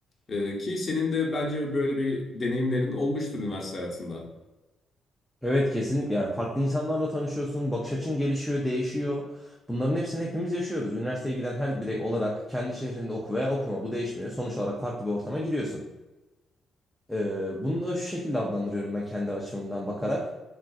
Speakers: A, on the left (about 35°); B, in the centre.
A: E, ki senin de bence böyle bir deneyimlerin olmuştur üniversite hayatında.
B: Evet, kesinlikle. Yani farklı insanlarla tanışıyorsun, bakış açın gelişiyor, değişiyor. Bunların hepsini hepimiz yaşıyoruz. Üniversiteye giden her birey olarak kendi şehrinde oku veya okuma bu değişmiyor. Sonuç olarak farklı bir ortama giriyorsun. Ee, bunu da şu şekilde adlandırıyorum ben kendi açımdan bakarak.